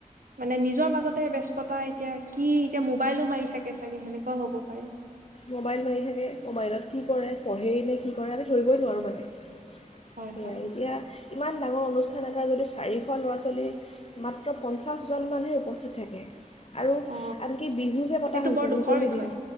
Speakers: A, on the right (about 80°); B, on the left (about 45°).
A: মানে নিজৰ মাজতে ব্যস্ততা এতিয়া কি এতিয়া মোবাইলো মাৰি থাকে চাগে সেনেকুৱাও হ'ব পাৰে।
B: মোবাইল মাৰি থাকে, মোবাইলত কি কৰে পঢ়েই নে কি কৰে। ধৰিবই নোৱাৰোঁ মানে,
A: হয়
B: সেয়াই
A: হয়
B: এতিয়া ইমান ডাঙৰ অনুষ্ঠান এটা যদি চাৰিশ ল'ৰা ছোৱালীৰ মাত্ৰ পঞ্চাছজন মানহে উপস্থিত থাকে আৰু
A: অ
B: আনকি বিহু যে পতা
A: এইটো
B: হৈছে
A: বৰ দুখৰ
B: মুকলি
A: বিষয়
B: বিহু